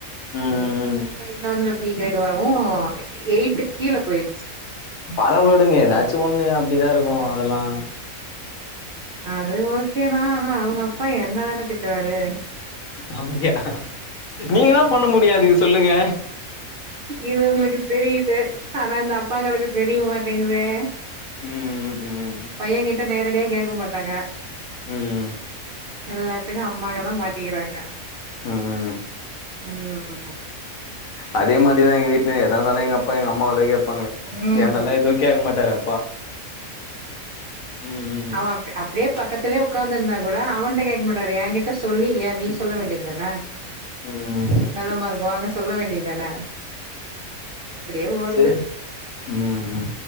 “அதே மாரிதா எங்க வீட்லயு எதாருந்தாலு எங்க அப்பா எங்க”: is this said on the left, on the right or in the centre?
Left